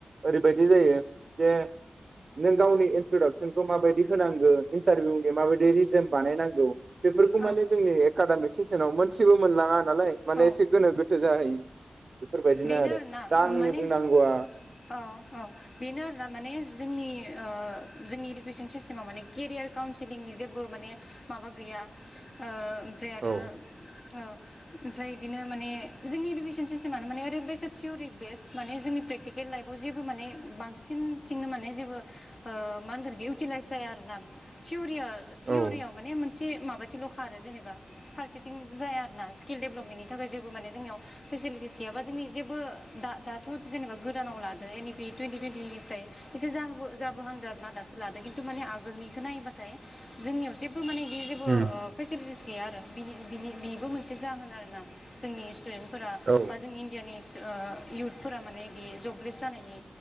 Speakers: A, on the right; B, on the left.
A: ओरैबादि बिदि जायो जे नों गावनि इन्ट्रदाक्सनखौ माबायदि होनांगौ न्टारभिउनि माबायदि रिजोम बानायनांगौ बेफोरखौ
B: औ
A: माने जोंनि एकाडेक सिसनाव मोनसेबो मोनलाङानो नालाय माने
B: औ
A: एसे गोथो जाहैयो बेफोरबायदिनो
B: बेनो
A: आरो
B: आरोना
A: दा आंनि
B: माने
A: बुंनांगौआ
B: औ औ बेनो आरोना माने जोंनि ओ जोंनि इडुकेसन सिस्टेमाव माने केरियार काउन्सिलिंनि जेबो माने माबा गैया ओ ओमफ्राय आरो
A: औ
B: ओ <unintelligible> ओमफ्राय बिदिनो माने जोंनि इडुकेसन सिस्टेमानो माने ओरै बैसा थिवरि बेस माने जोंनि प्रेकटिकेल लाइफआव जेबो माने बांसिनथिंनो माने जेबो ओ मा होनगोन इउटिलाइस जाया आरो ना थिव रि थिवरियाव
A: औ
B: माने मोन से माबाथिल' खारो जेनेबा फारसेथिं जाया आरो ना स्किल डेभपमेन्टनि थाखाय जेबो माने जोंनियाव फेसिलिटिस गैयाबा जोंनि जेबो दा दाथ' जेनेबा गोदानाव लादो एनि पि टुइन्टि टुइन्टिनिफ्राय एसे जाबोनो नांगोन आरोना दासो लादों खिनथु माने आगोलनिखौ नायबाथाय जोंनियाव जेबो माने आदि जेबो ओ
A: उम
B: पेलिटिस गैया आरो बि बिनि मोनसे जाहोन आरोना जोंनि स्टुडेन्टफोरा
A: औ
B: बा जों इणडियानि ओ इयुथफोरा माने बिदि जबलेस जानायनि